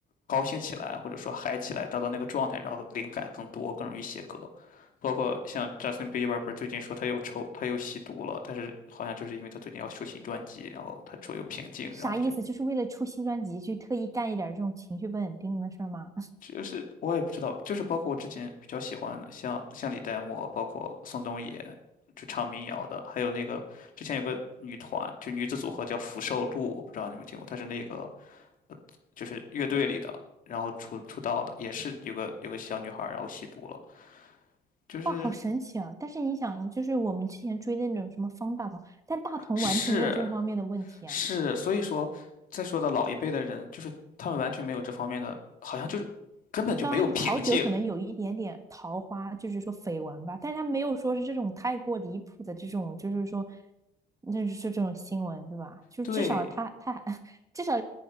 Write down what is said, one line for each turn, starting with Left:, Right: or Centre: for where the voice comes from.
Left: 高兴起来，或者说嗨起来，达到那个状态，然后灵感更多，更容易写歌。包括像 Justin Bieber 不是最近说他又抽他又吸毒了，但是好像就是因为他最近要出新专辑，然后他处又平静，
Right: 啥意思？
Left: 然后就
Right: 就是为了出新专辑去特意干一点这种情绪不稳定的事儿吗？
Left: 就是我也不知道，就是包括我之前比较喜欢的，像像李代沫，包括宋冬野，就唱民谣的，还有那个之前有个女团，就女子组合叫福寿露，我不知道你们听过，她是那个就是乐队里的，然后出出道的，也是有个有个小女孩儿，然后吸毒了，就是
Right: 哇，好神奇啊！但是你想，就是我们之前追的那种什么方大同，但大同完全没有这方面的问题啊。
Left: 是是，所以说再说的老一辈的人，就是他们完全没有这方面的，好像就是根本就没有瓶颈。
Right: 当然，陶喆可能有一点点桃花，就是说绯闻吧，但是他没有说是这种太过离谱的这种，就是说，那是这种新闻，对吧？就至少他他
Left: 对，
Right: <laughs> 至少